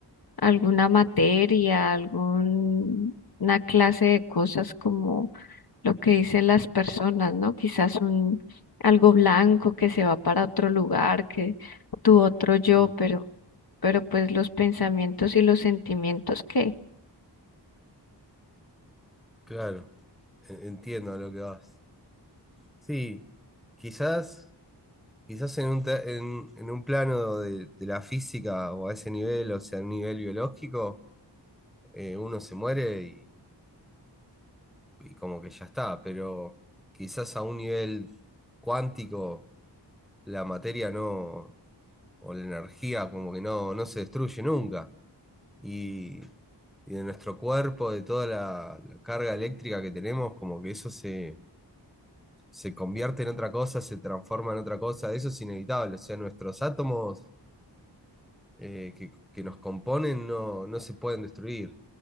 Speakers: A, on the left; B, in the centre.
A: alguna materia, alguna clase de cosas como lo que dicen las personas, ¿no? Quizás un algo blanco que se va para otro lugar, que tu otro yo,
B: Mm,
A: pero, pero pues los pensamientos y los sentimientos, ¿qué?
B: claro, en- entiendo a lo que vas. Sí, quizás... Quizás en un, te- en, en un plano de, de la física o a ese nivel, o sea, a un nivel biológico, eh, uno se muere y, y como que ya está, pero quizás a un nivel cuántico la materia no, o la energía como que no, no se destruye nunca. Y, y de nuestro cuerpo, de toda la, la carga eléctrica que tenemos, como que eso se, se convierte en otra cosa, se transforma en otra cosa, eso es inevitable, o sea, nuestros átomos eh, que, que nos componen no, no se pueden destruir,